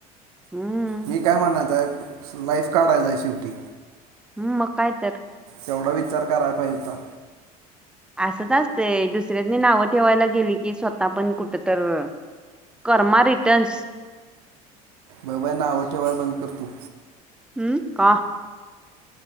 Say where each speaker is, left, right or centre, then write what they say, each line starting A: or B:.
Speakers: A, in the centre; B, on the right.
A: हम्म
B: मी काय म्हणत आहे. लाईफ काडायच आहे शेवटी.
A: हम्म मग काय तर.
B: तेवढा विचार कराया पाहिजे होता.
A: असंच असतय दुसऱ्यासनी नाव ठेवायला गेली कि स्वतः पण कुठ तर कर्मा रिटर्न्स
B: बर बाई नाव ठेवाया बंद कर तू
A: हम्म का